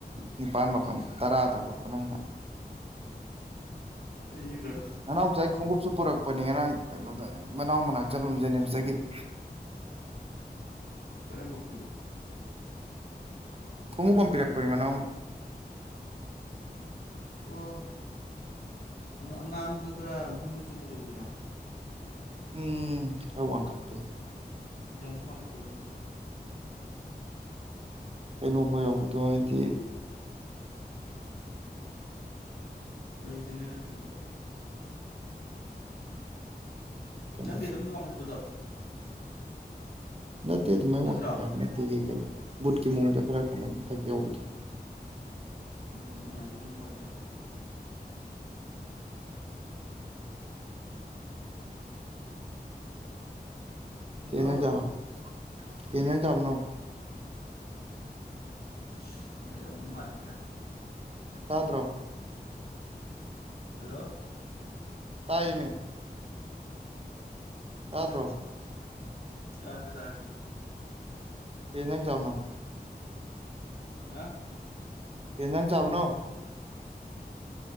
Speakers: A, on the right; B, on the left.
A: ꯅꯤꯄꯥꯜ ꯃꯥꯄꯜ
B: ꯏꯁ ꯏꯁ ꯏꯁ
A: ꯇꯔꯥꯗꯒꯠꯄ ꯅꯪꯅ
B: ꯃꯔꯤꯗ
A: ꯅꯅꯥꯎꯆꯥ ꯈꯣꯡꯎꯞꯁꯨ ꯄꯨꯔꯛꯄꯅꯤ ꯉꯔꯥꯡ ꯀꯩꯅꯣꯗ ꯃꯅꯥꯎ ꯃꯅꯥꯛ ꯆꯠꯂꯝ ꯖꯦꯅꯤꯝꯁꯇꯒꯤ <inaudible>
B: ꯇꯔꯝꯕ ꯀꯒꯨ
A: ꯀꯨꯡ ꯀꯝ ꯄꯤꯔꯛ ꯄꯃꯥꯅ ꯑꯃ
B: ꯑꯣ ꯑꯉꯥꯡꯕꯒ ꯕ꯭ꯂꯨ ꯃꯆꯨꯒ ꯇꯧꯒꯗ꯭ꯔꯣ
A: ꯎꯝ ꯊꯔ ꯋꯥꯡ ꯈꯠꯄꯗ
B: ꯗꯝꯁꯨꯃꯥ ꯀꯇꯣꯗꯝ
A: ꯀꯩꯅꯣꯧꯕ ꯌꯥꯎꯕꯗꯣ ꯍꯥꯏꯗꯤ
B: ꯑꯣꯔꯤꯖꯅꯜꯗꯣ
A: ꯀꯩꯅꯣꯗꯣ
B: ꯅꯪꯒꯤ ꯑꯗꯨꯝꯗ ꯋꯥꯡꯈꯠꯄꯗꯣ
A: ꯅꯠꯇꯦ ꯑꯗꯨꯝ ꯃꯥꯏꯡꯈꯠ
B: ꯅꯠꯇ꯭ꯔꯣ
A: ꯄꯥꯏꯕ ꯅꯠꯇꯦꯒꯤ ꯀꯩꯅꯣ ꯕꯨꯠꯀꯤ ꯃꯑꯣꯡꯗ ꯈꯔ ꯀꯩꯅꯣ ꯃꯊꯛ ꯌꯥꯎꯕꯗꯣ
B: ꯅꯪꯗꯤ ꯅꯨꯡꯉꯥꯏꯖꯕ ꯑꯃ ꯀꯧꯔꯛꯑꯦ ꯍꯜꯂꯣ
A: ꯀꯩ ꯏꯟꯖꯥꯡ ꯆꯥꯕ ꯀꯩ ꯏꯟꯖꯥꯡ ꯆꯥꯕꯅꯣ
B: ꯑꯁ ꯅꯦꯠ ꯑꯃꯨꯛ ꯅꯨꯉꯥꯏꯔꯛꯇ꯭ꯔꯦ
A: ꯇꯥꯗ꯭ꯔꯣ
B: ꯍꯜꯂꯣ
A: ꯇꯏꯃꯦ ꯇꯥꯗꯔꯣ
B: ꯇꯥꯔꯦ ꯇꯔꯦ
A: ꯀꯩ ꯏꯟꯖꯥꯡ ꯆꯥꯕꯅꯣ
B: ꯍꯥ
A: ꯀꯩ ꯏꯟꯖꯥꯡ ꯆꯥꯕꯅꯣ